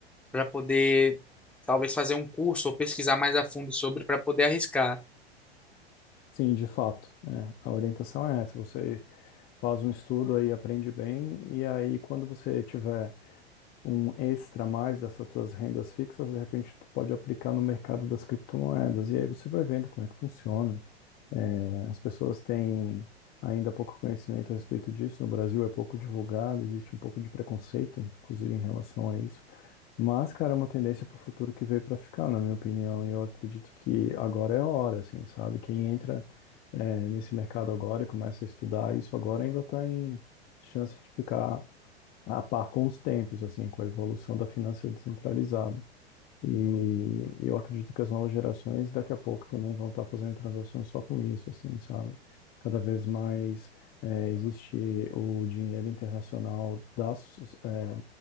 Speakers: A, in the centre; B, on the left.
A: para poder talvez fazer um curso ou pesquisar mais a fundo sobre para poder arriscar.
B: Sim, de fato. É. A orientação é essa. Você faz um estudo aí, aprende bem, e aí quando você tiver um extra a mais dessas tuas rendas fixas, de repente tu pode aplicar no mercado das criptomoedas. E aí você vai vendo como é que funciona. É, As pessoas têm ainda pouco conhecimento a respeito disso. No Brasil é pouco divulgado, existe um pouco de preconceito, inclusive em relação a isso. Mas, cara, é uma tendência para o futuro que veio para ficar, na minha opinião. E eu acredito que agora é a hora, assim, sabe? Quem entra, é, nesse mercado agora e começa a estudar isso agora ainda está em chance de ficar a par com os tempos, assim, com a evolução da finança descentralizada. E eu acredito que as novas gerações daqui a pouco também vão estar fazendo transações só com isso, assim, sabe? Cada vez mais eh, existe o dinheiro internacional das, eh,